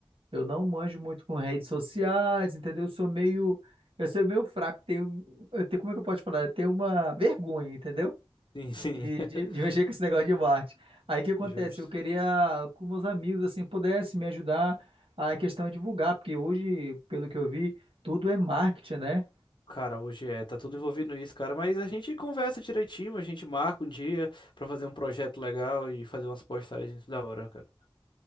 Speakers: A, on the right; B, on the left.
A: Eu não manjo muito com redes sociais, entendeu? Eu sou meio, eu sou meio fraco. Tenho, eu tenho, como é que eu posso falar? Eu tenho uma vergonha, entendeu?
B: Sim, sim.
A: De,
B: <laughs>
A: de, de mexer com esse negócio de marketing. Aí o que acontece?
B: Justo.
A: Eu queria que meus amigos assim pudessem me ajudar a questão de divulgar, porque hoje, pelo que eu vi, tudo é marketing, né?
B: Cara, hoje é, tá tudo envolvido nisso, cara, mas a gente conversa direitinho, a gente marca um dia pra fazer um projeto legal e fazer umas postagens da hora, cara.